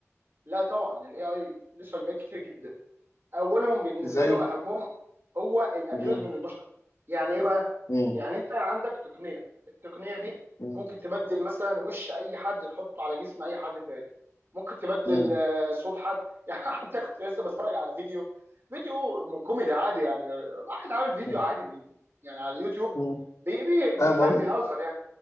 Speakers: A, on the right; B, on the left.
A: لا طبعا الاي اي له سلبيات كتير جدا اولهم بالنسبه
B: زي
A: لي واهمهم هو الابيوز
B: مم،
A: من البشر يعني ايه بقى
B: مم،
A: يعني انت عندك تقنيه التقنيه دي
B: مم،
A: ممكن تبدل مثلا وش اي حد تحطه على جسم اي حد تاني ممكن تبدل
B: مم،
A: آه، صوت حد <laughs> يعني حتى كنت لسه بتفرج على فيديو فيديو م- كوميدي عادي يعني واحد عامل فيديو
B: مم،
A: عادي بي- يعني على اليوتيوب
B: مم.
A: بي بي بيفهم
B: فاهم قصدي
A: بيهزر يعني